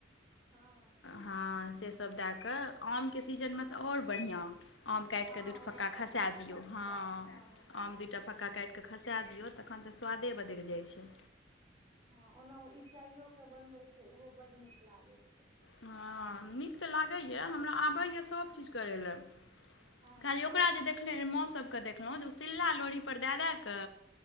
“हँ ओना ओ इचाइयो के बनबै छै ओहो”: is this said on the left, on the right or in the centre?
Right